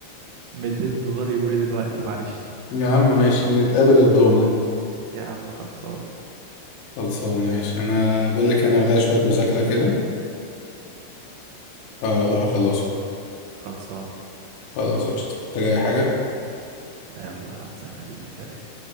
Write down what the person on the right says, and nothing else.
200 دولار يقولي دلوقتي معلش
يا عم خلصان
خلصان
يلا سلام حبيبي سلام